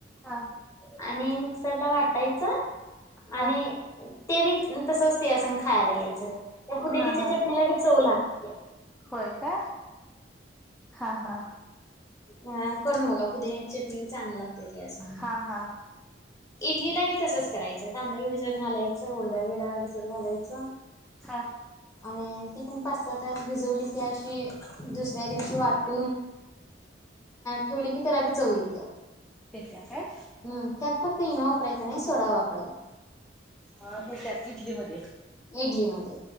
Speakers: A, in the centre; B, on the left (about 20°).
A: हा.
B: आणि मिक्सरला वाटायचं आणि
A: हा
B: ते बी तसंच त्यासंग खायला घ्यायचं. त्या पुदिन्याच्या
A: हा हा
B: चटणीला बी चव लागतीया.
A: होय का? हा हा.
B: अं... करून बघा... पुदिन्याची चटणी चांगली लागते त्या संग.
A: हा हा
B: इडलीला बी तसंच करायचं... तांदूळ भिजत घालायचं. उडदाची डाळ भिजत घालायचं
A: हा.
B: आणि ती पण पाच सहा तास भिजवली की अशी दुसऱ्या दिवशी वाटून ठेवली की त्याला बी चव येतीया.
A: येत्याय काय?
B: हम्म... त्यात फक्त इनो वापरायचा नाई... सोडा वापरायचा.
A: अं... हेच्यात.. इडलीमध्ये
B: इडलीमध्ये